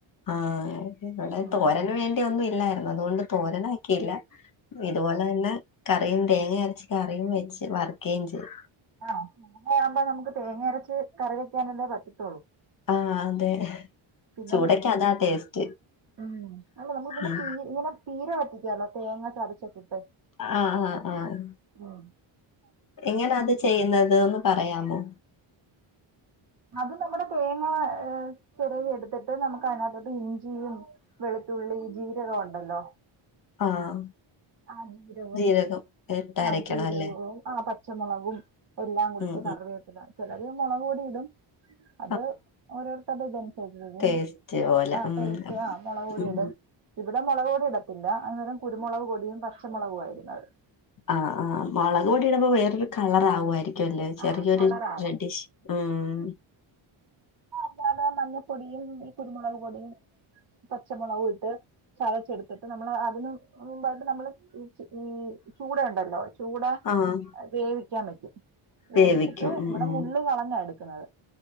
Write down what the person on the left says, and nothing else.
ആഹ ഇവിടെ
തോരന് വേണ്ടി ഒന്നും ഇല്ലായിരുന്നു അതുകൊണ്ട് തോരനാക്കിയില്ല. ഇതുപോലെ തന്നെ കറിയും തേങ്ങ അരച്ച് കറിയും വെച്ച് വറക്കുകയും ചെയു
ആഹ് അതെ
ചൂടക്ക്
അതാ ടേസ്റ്റ്
ഉം
ആഹ് ആഹ് ആഹ്
എങ്ങനൊ അത് ചെയ്യുന്നത് ന്ന് പറയാമോ?
ആഹ്
ജീരകം ഇട്ടരക്കണം
അല്ലേ
ഉം
!!!!?
ടേസ്റ്റ് പോലെ
ഉം
ഉം
ആഹ് ആഹ് മുളക് പൊടി ഇടുമ്പ വേറൊരു കളർ ആവുവായിരിക്കും ല്ലേ ചെറിയൊരു
ഡഡിഷ് ഉം
ആഹ്
വേവിക്കും ഉം
ഉം